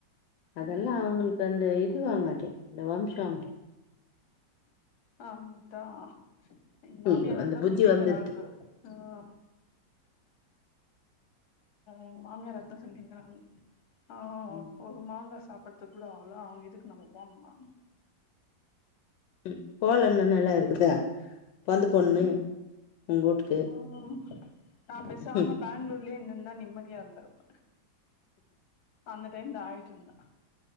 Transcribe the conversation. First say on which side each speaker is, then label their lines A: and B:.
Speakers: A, on the left; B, on the left.
A: அதெல்லா
B: ம்
A: அவுங்குள்க்கு அந்த இது வாங்காட்டே இந்த வம்சம்
B: அத்தா எங் மாமியார்
A: ஐயோ அந்த
B: அதா
A: புத்தி
B: சொல்லிங்கறாங்க
A: வந்துடுது
B: ஆ எங் மாமியார் அதா சொல்லிங்கறாங் ஆ
A: ம்
B: ரும் மாங்கா சாப்பறதுக் கூட அவ்ளோ அவுங்க இதுக்கு நம்ம போண்மா
A: ம் போலன்னா நல்லா இருக்குதா பொந்த
B: ம்
A: பொண்ணு உங்க வூட்டுக்கு
B: ம் நாப் பேசாம
A: ம்
B: பெங்ளூர்லியே இந்துத்தா நிம்மதியா இந்துருப்பே அந்த டைம்ல ஆயிட்டுருந்தா